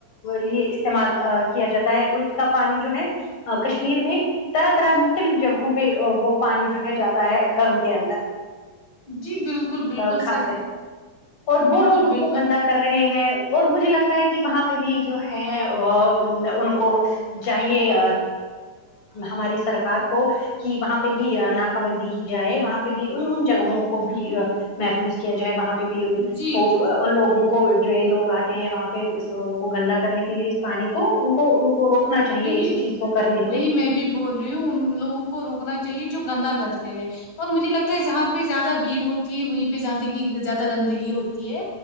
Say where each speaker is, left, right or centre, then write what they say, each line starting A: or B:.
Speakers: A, on the left (about 80°); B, on the left (about 55°).
A: لیے استعمال کیا جاتا ہے اس کا پانی جو ہے کشمیر میں طرح طرح مختلف جگہوں پہ وہ پانی جو ہے جاتا ہے گھروں کے اندر
B: جی بالکل بالکل
A: کھا
B: صحیح
A: کر اور
B: بالکل
A: وہ لوگ اس
B: بالکل
A: کو گندا کر رہے ہیں اور مجھے لگتا ہے کہ وہاں پہ بھی جو ہے ان کو چاہیے ہماری سرکار کو کہ وہاں پہ بھی ناکہ بندی کی جائے وہاں پہ بھی ان ان جگہوں کو بھی محفوظ کیا جائے وہاں پہ بھی ان
B: جی
A: کو
B: جی
A: ان لوگوں کو کو جو لوگ آتے ہیں وہاں پہ اس کو گندا کرنے کے لیے اس پانی کو ان کو کو روکنا چاہیے
B: وہی
A: اس چیز کو کرنے
B: وہی
A: سے
B: میں بھی بول رہی ہوں ان لوگوں کو روکنا چاہیے جو گندا کرتے ہیں اور مجھے لگتا ہے جہاں پہ زیادہ بھیڑ ہوتی ہے وہیں پہ زیادہ کہ زیادہ گندگی ہوتی ہے